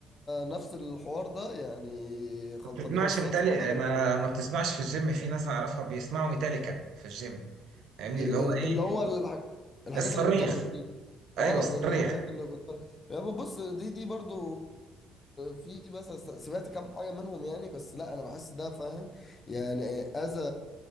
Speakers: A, on the left; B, on the right.
A: نفس الحوار ده يعني خلطبيطه
B: ما بتسمعش
A: بالصلصه
B: ميتالي
A: كده ولا
B: ما ما بتسمعش في الجيم في ناس اعرفها بيسمعوا ميتاليكا في الجيم فاهمني
A: إيه
B: اللي
A: إيه
B: هو
A: ده
B: ايه
A: اللي هو ايوه الح... الحاجات
B: الصريخ
A: اللي بتطرش دي
B: ايوه
A: اه
B: الصريخ
A: ده, ده الحاجات اللي بتطرش يابا بص دي دي برضو في بس سمعت كام حاجه منهم يعني بس لا انا بحس ده فاهم يعني اذى